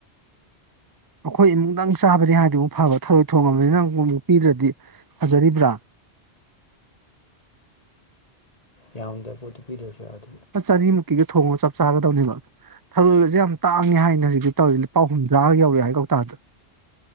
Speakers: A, on the right (about 25°); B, on the left (about 35°).
A: ꯑꯩꯈꯣꯏ ꯏꯃꯅꯨꯡꯗꯪ ꯆꯥꯕꯅꯤ ꯍꯥꯏꯗꯤ ꯑꯃꯨꯛ ꯐꯕ ꯊꯔꯣꯏ ꯊꯣꯡꯉꯕꯅꯤꯅ ꯑꯃꯛ ꯑꯃꯨꯛ ꯄꯤꯗ꯭ꯔꯗꯤ ꯐꯖꯔꯤꯕ꯭ꯔꯥ
B: ꯌꯥꯝꯎꯗ ꯄꯣꯠꯇ ꯄꯤꯔꯁꯗꯤ
A: ꯆꯅꯤꯃꯨꯛꯀꯤꯒ ꯊꯣꯡꯉꯣ ꯆꯞ ꯆꯥꯒꯗꯧꯅꯦꯕ ꯊꯔꯣꯏꯕꯁꯦ ꯌꯥꯝ ꯇꯥꯡꯉꯦ ꯍꯥꯏꯅ ꯍꯧꯖꯤꯛꯇꯤ ꯇꯧꯔꯤ ꯂꯨꯄꯥ ꯍꯨꯝꯗ꯭ꯔꯥꯒ ꯌꯧꯋꯦ ꯍꯥꯏ ꯀꯧꯇꯥꯗ